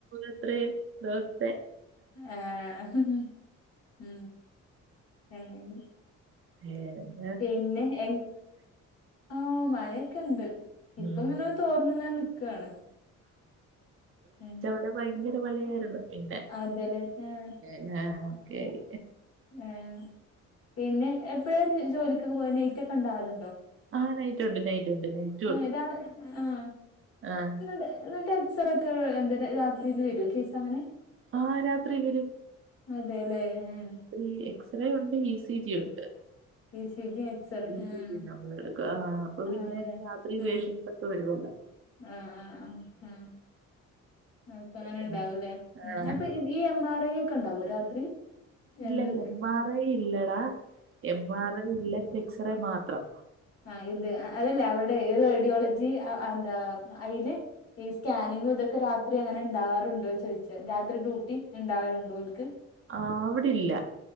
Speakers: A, on the right (about 45°); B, on the left (about 50°).
A: അത്രയും ദിവസത്തെ.
B: ആഹ് ഉം ഉം.
A: ഏഹ്.
B: പിന്നെ ഏഹ് ആഹ് മഴയൊക്കെ ഇണ്ട്. ഇപ്പൊ
A: ഉം
B: പിന്നെ തോർന്ന് അങ്ങനെ നിൽക്കയാണ് ഉം.
A: ഇന്ന് ഭയങ്കര മഴയായിരുന്നു പിന്നെ.
B: അതല്ലേ ആഹ്.
A: ഉം ആഹ് ഓക്കെയായി.
B: ഉം പിന്നെ എപ്പഴ ഒരു ജോലിക്കൊക്കെ പോവാ നൈറ്റ് ഒ‌ക്കെ ഉണ്ടാവലുണ്ടോ?
A: ആഹ് നൈറ്റ് ഉണ്ട് നൈറ്റ് ഉണ്ട് നൈറ്റ്.
B: ഉം രാവിലെ ആഹ്
A: ആഹ്
B: എന്നിട്ട് എന്നിട്ട് എക്സ്റൊക്കെ എന്താ രാത്രില് വരോ കേസ് അങ്ങനെ.
A: ആഹ് രാത്രി വരും.
B: അതെയല്ലേ ഉം.
A: ഉം എക്സ്റേ ഉണ്ട്, ഇ സി ജി ഉണ്ട്.
B: E C G. X ray
A: E C
B: ഉം
A: ജി നമ്മട ആഹ് അപ്പൊ പിന്നെ
B: അതെ
A: രാത്രി പേഷ്യൻ
B: ആഹ്
A: സൊക്കെ വരുവല്ലോ.
B: ആഹ് ആഹ് ആഹ് ആഹ് അപ്പ അങ്ങനെ
A: പിന്നെ
B: ഉണ്ടാവൂല്ലേ ഉം
A: ആഹ്
B: അപ്പൊ ഇ ഈ എം ആർ ഐ ഒക്കെ ഉണ്ടാവോ രാത്രി?
A: ഇല്ല
B: എന്ത്
A: ഇല്ല എം ആർ ഐ ഇല്ലടാ എം ആർ ഐ ഇല്ല എക്സ് റേ മാത്രം.
B: ആഹ് ഇത് അതല്ല അവിടെ റേഡിയോളജി ആഹ് എന്താ അയില്. ഈ സ്കാനിങ്‌ ഇതൊക്കെ രാത്രി അങ്ങനെ ഇണ്ടാവാറുണ്ടോ ചോദിച്ചാ. രാത്രി ഡ്യൂട്ടി ഇണ്ടാവലുണ്ടോ ഓൽക്ക്
A: ആഹ് ആവിടില്ല